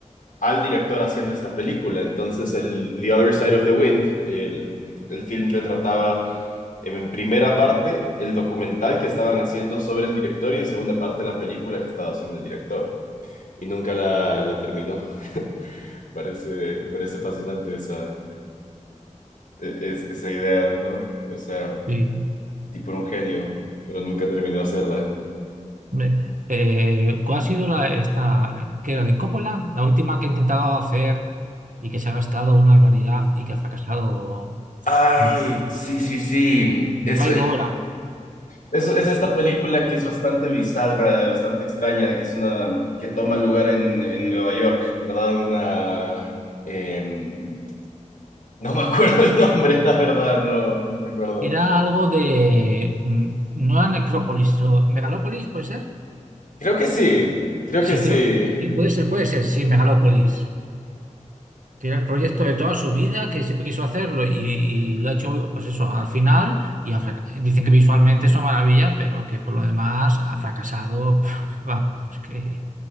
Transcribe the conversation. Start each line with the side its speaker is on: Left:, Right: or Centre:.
Left: al director haciendo esta película. Entonces, el The Other Side of the Wind, el, el film retrataba em, en primera parte el documental que estaban haciendo sobre el director y en segunda parte la película que estaba haciendo el director. Y nunca la, la terminó. <laughs> Me Parece, me parece fascinante esa, e- es- esa idea, ¿no? O sea,
Right: Sí.
Left: El tipo era un genio, pero nunca terminó de hacerla.
Right: Hombre, eh, ¿cuál ha sido la, esta, que era de Coppola, la última que he intentado hacer y que se ha gastado una barbaridad y que ha fracasado
Left: Ay,
Right: mucho?
Left: sí, sí, sí. Eso,
Right: No caigo ahora.
Left: eso es esta película que es bastante bizarra, bastante extraña, que es una que toma lugar en, en Nueva York, ¿verdad? Una em, no me acuerdo el nombre, la verdad, no, no recuerdo.
Right: Era algo de, mm, no era Necrópolis, sino Megalópolis, ¿puede ser?
Left: Creo que sí, creo
Right: Sí,
Left: que sí.
Right: creo, sí, puede ser, puede ser, sí, Megalópolis, que era el proyecto de toda su vida, que siempre quiso hacerlo y, y lo ha hecho, pues eso, al final, y ha fraca- dicen que visualmente es una maravilla, pero que por lo demás ha fracasado, <laughs> vamos, que,